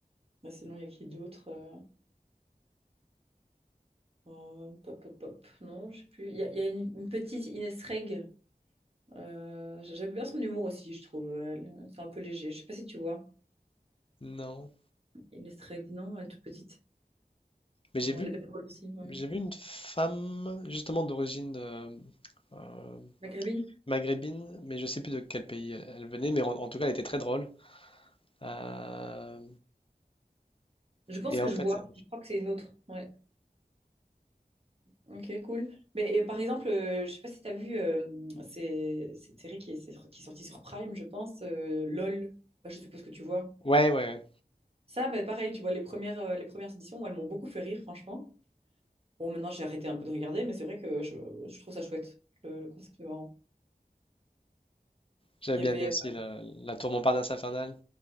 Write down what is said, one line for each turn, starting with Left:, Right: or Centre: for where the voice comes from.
Right: Bah, sinon, il y a qui d'autre euh, euh, Pop, pop, pop. Non, je sais plus. Il y a, il y a une, une petite Ines Reg. Euh, j'aime bien son humour aussi, je trouve. Elle- C'est un peu léger. Je sais pas si tu vois.
Left: Non.
Right: Inès Régnan, elle est toute petite.
Left: Mais j'ai
Right: Bon,
Left: vu
Right: elle est belle drôle aussi, ouais.
Left: J'ai vu une femme justement d'origine euh, euh,
Right: Maghrébine?
Left: maghrébine, mais je sais plus de quel pays elle, elle venait, mais en, en tout cas elle était très drôle. Euh,
Right: Je pense
Left: et
Right: que
Left: en
Right: je
Left: fait,
Right: vois.
Left: euh,
Right: Je crois que c'est une autre. Ouais. Ok, cool. Mais et par exemple, euh, je sais pas si tu as vu, euh, c'est c'est Terry qui est, c'est- qui est sorti sur Prime, je pense, euh, LOL. Bah, je suppose que tu vois.
Left: ouais, ouais, ouais.
Right: Ça, bah, pareil, tu vois, les premières, euh, les premières éditions, moi, elles m'ont beaucoup fait rire, franchement. Bon, maintenant, j'ai arrêté un peu de regarder, mais c'est vrai que je, je trouve ça chouette. Le, le concept est marrant.
Left: J'avais
Right: Il
Left: bien
Right: y avait...
Left: aimé aussi la, la tour Montparnasse infernale.